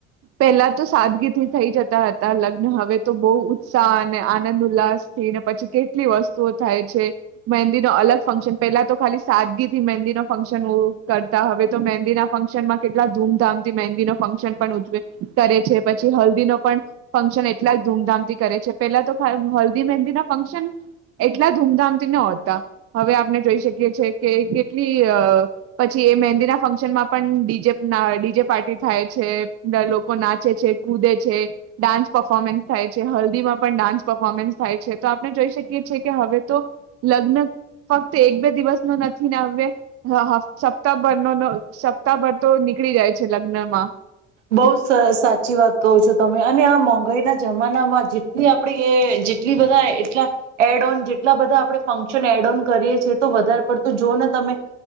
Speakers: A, on the right (about 40°); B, on the right (about 75°).
A: પહેલા તો સાદગીથી થઈ જતા હતા લગ્ન હવે તો બહુ ઉત્સાહ અને આનંદ ઉલ્લાસ થી ને પછી કેટલી વસ્તુઓ થાય છે મહેંદી ન અલગ ફંક્શન પહેલા તો ખાલી સાદગીથી મહેંદીનો ફંક્શન કરતા હવે તો મહેંદીના ફંક્શનમાં કેટલા ધૂમધામથી મહેંદીનો ફંક્શન પણ ઉજવે કરે છે, પછી હલ્દીનો પણ ફંક્શન એટલા ધૂમધામથી કરે છે પેલા તો હલ્દી, મહેંદીના ફંક્શન એટલા ધૂમધામથી નોતા હવે આપણે જોઈ શકીએ છીએ કે કેટલી અ પછી એ મહેંદીના ફંક્શનમાં પણ ડીજે અ ડીજે પાર્ટી થાય છે, લોકો નાચે છે, કૂદે છે, ડાન્સ પર્ફોર્મન્સ થાય છે, હલ્દીમાં પણ ડાન્સ પર્ફોર્મન્સ થાય છે તો આપણે જોઈ શકીએ છીએ કે હવે તો લગ્ન ફક્ત એક બે દિવસનો નથી ને હવે હ સપ્તાહભર ન સપ્તાહભર તો નીકળી જાય છે લગ્નમાં.
B: બઉ સાચી વાત કહો છો તમે અને આ મોંઘાઈના જમાનામાં જેટલી આપણે જેટલી બધા એટલા એડ ઓન જેટલા બધા આપડણે ફંક્શન એડ ઓન કરીએ છે તો વધારે પડતું જો ને તમે